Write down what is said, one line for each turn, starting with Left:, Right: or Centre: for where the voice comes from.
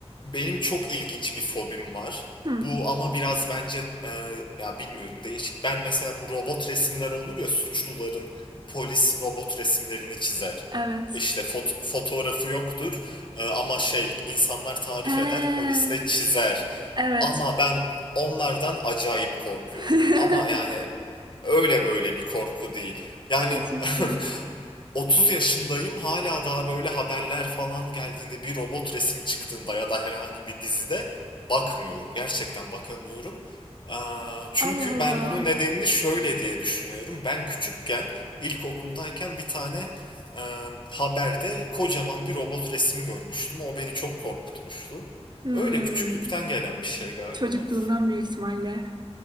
Left: benim çok ilginç bir fobim var.
Right: Hı.
Left: Bu ama biraz bence e, ya bilmiyorum değişik. Ben mesela bu robot resimler olur ya suçluların polis robot resimlerini çizer.
Right: Evet.
Left: İşte foto- fotoğrafı yoktur e, ama şey insanlar tarif
Right: He.
Left: eder polis de çizer.
Right: Evet.
Left: Ama ben onlardan acayip korkuyorum.
Right: <laughs>
Left: Ama yani öyle böyle bir korku değil. Yani
Right: Ay çok komik.
Left: <laughs> 30 yaşındayım hala daha böyle haberler falan geldiğinde bir robot resim çıktığında ya da herhangi bir dizide bakmıyorum. Gerçekten bakamıyorum. Aa, Çünkü
Right: Allah Allah.
Left: ben bunun nedenini şöyle diye düşünüyorum. Ben küçükken ilkokuldayken bir tane e, haberde kocaman bir robot resim görmüştüm. O beni çok korkutmuştu.
Right: Hmm.
Left: Öyle küçüklükten gelen bir şey galiba.
Right: Çocukluğundan büyük ihtimalle.